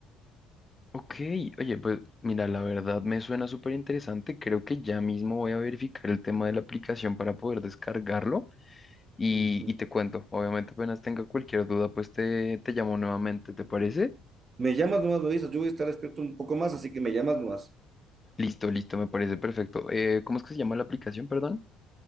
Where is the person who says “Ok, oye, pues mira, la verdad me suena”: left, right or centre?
Left